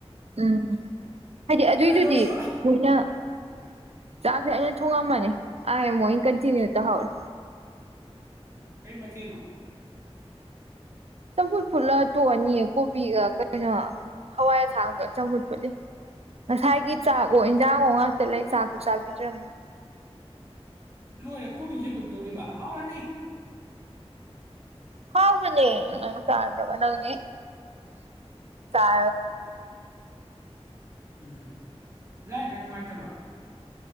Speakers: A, on the right; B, on the right.
A: ꯎꯝ ꯍꯥꯏꯗꯤ ꯑꯗꯨꯣꯏꯁꯨ
B: ꯊꯣꯡꯉꯤꯕ
A: ꯍꯧꯗꯤ ꯃꯣꯏꯅ
B: ꯎꯝ
A: ꯆꯥꯛꯁ ꯑꯩꯅ ꯊꯣꯡꯉꯝꯃꯅꯤ ꯑ ꯑꯃꯨꯛ ꯀꯟꯇꯤꯅ꯭ꯌꯨ ꯇꯧꯍꯧꯔꯦ
B: ꯎꯝ ꯀꯩ ꯃꯆꯤꯅꯣ
A: ꯆꯝꯐꯨꯠ ꯐꯨꯠꯂ ꯇꯣꯛꯑꯅꯤꯌꯦ ꯀꯣꯕꯤꯒ ꯀꯩꯅꯣ ꯍꯋꯥꯏ ꯑꯁꯥꯡꯗꯣ ꯆꯝꯐꯨꯠ ꯐꯨꯠꯂꯤ ꯉꯁꯥꯏꯒꯤ ꯆꯥꯛ ꯑꯣꯣ ꯏꯟꯖꯥꯡꯣ ꯉꯥꯛꯇ ꯂꯩ ꯆꯥꯛꯁꯨ ꯆꯥꯕꯤꯗ꯭ꯔꯕꯅꯤꯅ
B: ꯂꯣꯏꯔꯦ ꯀꯣꯕꯤꯁꯦꯕꯨꯠ ꯇꯧꯔꯤꯕ ꯍꯥꯎꯔꯅꯤ
A: ꯍꯥꯎꯕꯅꯦ ꯅꯪ ꯇꯥ ꯅꯪ ꯇꯥ
B: ꯎꯝ ꯂꯥꯏ ꯈꯔ ꯅꯨꯡꯉꯥꯏꯇꯕ꯭ꯔꯣ